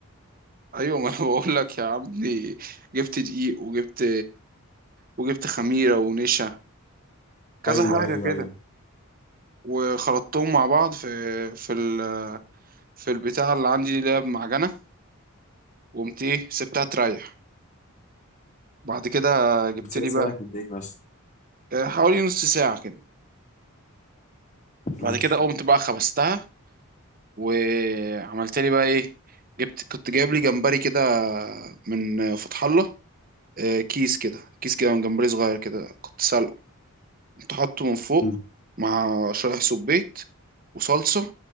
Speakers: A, on the right; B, on the left.
A: ايوه ما انا <laughs> بقول لك يا عبدي جبت دقيق وجبت وجبت خميره ونشا كذا
B: أيوه
A: حاجه
B: أيوه
A: كده
B: أيوه
A: وخلطتهم مع بعض في في ال في البتاع اللي عندي اللي هي بمعجنه وقمت ايه سبتها تريح بعد كده جبت
B: بس
A: لي
B: لسه
A: بقى
B: رايح قد إيه بس
A: آه، حوالي نص ساعه كده
B: ماشي
A: بعد كده قمت بقى خبزتها وعملت لي بقى ايه جبت كنت جايب لي جمبري كده من فتح الله آه، كيس كده كيس كده من جمبري صغير كده كنت سلقه كنت حاطه من فوق
B: مم.
A: مع شرايح سبيت وصلصة